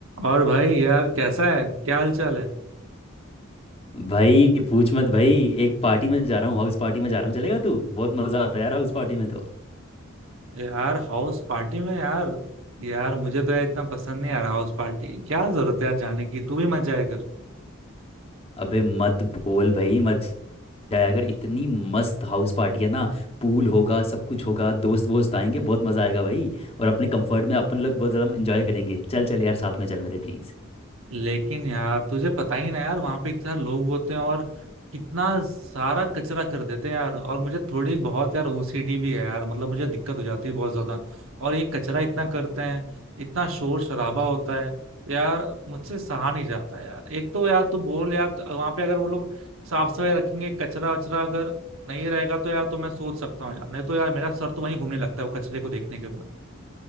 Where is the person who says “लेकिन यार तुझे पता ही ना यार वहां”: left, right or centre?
Right